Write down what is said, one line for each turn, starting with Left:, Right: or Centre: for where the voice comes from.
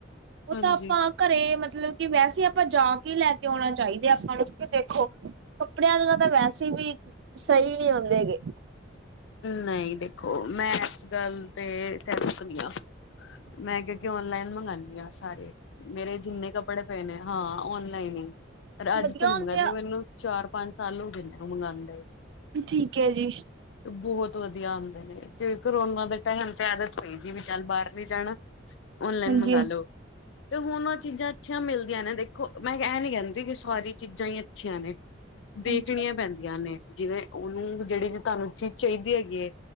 Right: ਉਹ
Left: ਹਾਂਜੀ
Right: ਤਾਂ ਆਪਾਂ, ਘਰੇ ਮਤਲਬ ਕਿ ਵੈਸੇ ਆਪਾਂ ਜਾ ਕੇ ਲੈ ਕੇ ਆਉਣਾ ਚਾਹੀਦਾ, ਆਪਾਂ ਨੂੰ ਕਿ ਦੇਖੋ। ਕੱਪੜਿਆਂ ਦੀਆਂ, ਤਾਂ ਵੈਸੇ ਵੀ ਸਹੀ ਨਹੀਂ ਹੁੰਦੇ ਗੇ।
Left: ਨਹੀਂ ਦੇਖੋ, ਮੈਂ ਇਸ ਗੱਲ ਤੇ ਸਹਿਮਤ ਨੀ ਆ। ਮੈਂ ਕਿਉਂਕਿ ਔਨਲਾਈਨ ਮੰਗਾਨੀ ਆ ਹਾਂ, ਸਾਰੇ ਮੇਰੇ ਜਿੰਨੇ ਕੱਪੜੇ ਪਏ ਨੇ ਹਾਂ ਔਨਲਾਈਨ ਹੀ ਪਰ ਅੱਜ
Right: ਵਧੀਆ
Left: ਤੋਂ ਨੀ
Right: ਹੁੰਦੇ
Left: ਮੰਗ
Right: ਆ
Left: ਦੇ ਮੈਨੂੰ ਚਾਰ ਪੰਜ ਸਾਲ ਹੋਗੇ ਮੰਗਾਦੇ,
Right: ਠੀਕ ਹੈ ਜੀ,
Left: ਬਹੁਤ ਵਧੀਆ ਆਉਂਦੇ, ਨੇ ਕਿ ਕਰੋਨਾ ਦੇ ਟਾਈਮ ਤੇ। ਕੋਈ ਜੀ ਵੀ ਚੱਲ ਬਾਹਰ ਨੀ ਜਾਣਾ, ਔਨਲਾਈਨ
Right: ਹਾਂਜੀ-ਹਾਂਜੀ,
Left: ਮੰਗਾਲੋ। ਤੇ ਹੁਣ ਉਹ ਚੀਜ਼ਾਂ ਅੱਛੀਆਂ ਮਿਲਦੀਆਂ ਨੇ ਦੇਖੋ, ਮੈਂ ਇਹ ਨੀ ਕਹਿੰਦੀ ਕਿ ਸਾਰੀ ਚੀਜ਼ਾਂ ਹੀ ਅੱਛੀਆਂ ਨੇ।
Right: ਹਾਂਜੀ-ਹਾਂਜੀ,
Left: ਦੇਖਣੀਆਂ ਪੈਂਦੀਆਂ ਨੇ ਜਿਵੇਂ ਉਹਨੂੰ ਜਿਹੜੀ ਤੁਹਾਨੂੰ ਚੀਜ਼ ਚਾਹੀਦੀ ਹੈਗੀ।